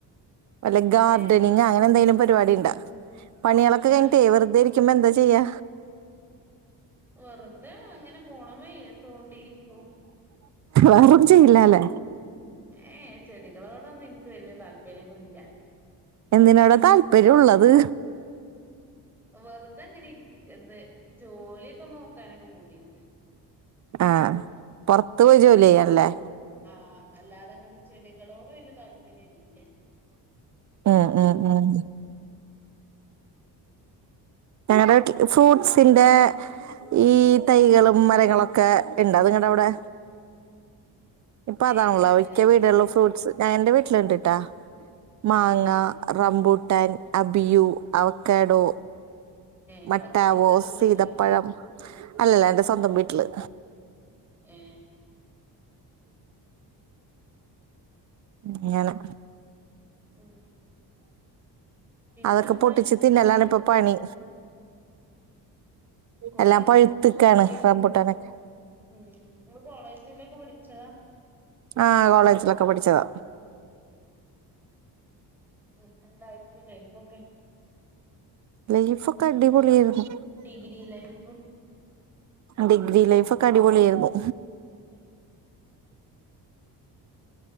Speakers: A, on the right (about 45°); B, in the centre.
A: വല്ല ഗാർഡനി
B: ഏ
A: അങ്ങനെ എന്തേലും പരിപാടി ണ്ടാ പണിളൊക്കെ
B: ഇല്ല
A: കഴിഞ്ഞിട്ടേ വെർതെ ഇരിക്കുമ്പോ എന്താ ചെയ്യാ?
B: വെറുതെ അങ്ങനെ ഫോൺമ്മേ തോണ്ടിയിരിക്കും.
A: വേറൊന്നും ചെയ്യ്ല്ലാല്ലേ?
B: ഏഹ് ചെടികളോടൊന്നും ഇൻക്ക് വല്ല്യ താല്പര്യം പോലും ല്ല.
A: എന്തിനോട താല്പര്യം ഉള്ളത്?
B: വെർതെ ഇങ്ങനെ ഇരിക്ക ന്ത് ജോലിക്കെ നോക്കാനൊക്കെ പൂതിണ്ട്.
A: ആഹ് പൊറത്ത് പോയി ജോലി ചെയ്യാനല്ലേ?
B: ആഹ് അല്ലാതെ അങ്ങനെ ചെടികളോട് വല്യ താല്പര്യല്ലെനി
A: ഉം ഉം ഉം ഞങ്ങടെ വ്ട്ട്ല് ഫ്രൂട്ട്സിന്റെ ഈ തൈകളും മരങ്ങളൊക്കെ ഇണ്ടാ അത്ങ്ങട്ട് അഒടെ ഇപ്പതാണല്ല
B: ഏ ഇല്ല
A: മിക്ക
B: ഇല്ല
A: വീട്കളിലും
B: ഇല്ല
A: ഫ്രൂട്സ്. <unintelligible> എന്റെ വീട്ടില് ഇണ്ട്ട്ടാ മാങ്ങ
B: ഏ
A: റംബൂട്ടാൻ, അബിയു, അവക്കാഡോ
B: ഇവിടെ
A: മട്ടാവോ,
B: കെട്ടിച്ചെടുത്ത്
A: സീതപ്പഴം
B: വീട്ടിലോ
A: അല്ലല്ല എന്റെ സ്വന്തം വീട്ടില്
B: ഏഹ്
A: ഇങ്ങനെ
B: ഉം പിന്നെന്താ
A: അതൊക്കെ പൊട്ടിച്ച്
B: ഇന്നത്തെ
A: തിന്നലാണ് പ്പ പണി.
B: കോളേജിക്കൊക്കെ
A: എല്ലാം പഴുത്തക്കാണ്
B: പോയിരു
A: റമ്പുട്ടനൊക്കെ.
B: ഉം ങ്ങള് കോളേജിലൊക്കെ പടിച്ചതാ?
A: ആഹ് കോളേജിലൊക്കെ പഠിച്ചതാ.
B: ഉം എങ്ങനുണ്ടായിരുന്നു ലൈഫൊക്കെ?
A: ലൈഫൊക്കെ അടിപൊളിയായിരുന്നു.
B: Degree life?
A: ഡിഗ്രി ലൈഫ് ഒക്കെ അടിപൊളിയായിരുന്നു.
B: ഏഹ്